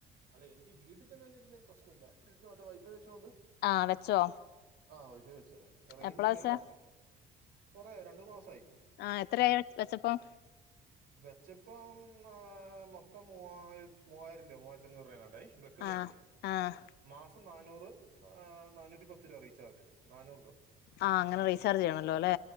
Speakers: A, on the right; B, on the left.
A: അല്ല എനിക്ക് വീട്ടി ചെന്ന് കഴിഞ്ഞാ പിന്നെ പ്രശ്നല്ല വീട്ടിൽ മറ്റേ വൈ ഫൈ വെച്ചോണ്ട്
B: ആഹ് വെച്ചോ
A: ആഹ് വൈ ഫൈ വെച്ച് ഞാന് റേയ്ഞ്ചില്ലല്ലോ
B: എപ്പളാ വെച്ചേ
A: കൊറെ രണ്ടൂന്ന് മാസായി.
B: ആഹ് എത്രയായി വെച്ചപ്പം
A: വെച്ചപ്പം ആഹ് മൊത്തം മൂവായിരത് മൂവായിരം രൂപ മൂവായിരത്തി അഞ്ഞൂറ് രൂപ എങ്ങാണ്ടായി വെക്ക് വെക്കുന്നേന്
B: ആഹ് ആഹ്
A: മാസം നാന്നൂറ് ഏഹ് നാനൂറ്റി പത്ത് രൂപ റീചാർജ് നാനൂറ് രൂപാ
B: ആഹ് അങ്ങനെ റീചാർജ് ചെയ്യണല്ലോ ല്ലേ